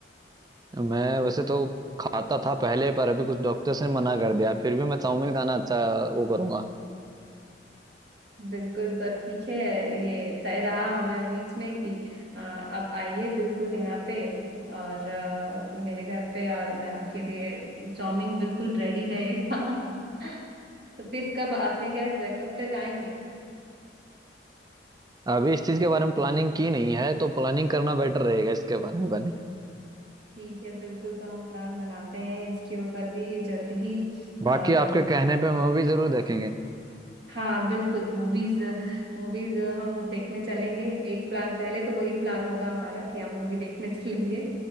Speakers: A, on the right; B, on the right.
A: मैं वैसे तो खाता था पहले पर अभी कुछ डॉक्टर्स ने मना कर दिया फिर भी मैं चाउमीन खाना अच्छा वो करूंगा
B: बिल्कुल तो ठीक है ये तय रहा हमारे बीच में कि अ, आप आइए बिल्कुल यहाँ पे और अ, मेरे घर पे और मैं आपके लिए चाउमीन बिल्कुल रेडी रहेगा <laughs> तो फिर कब आपने क्या सोचा कब तक आएंगे
A: अभी इस चीज के बारे में प्लानिंग की नहीं है तो प्लानिंग करना बेटर रहेगा इसके बारे में बने
B: ठीक है बिल्कुल तो हम प्लान बनाते हैं इसके ऊपर भी जल्द ही
A: बाकी
B: और
A: आपके कहने पे मूवी जरूर देखेंगे
B: हाँ बिल्कुल मूवीज मूवीज हम देखने चलेंगे एक प्लान पहले तो वही प्लान होगा हमारा कि हम मूवी देखने चलेंगे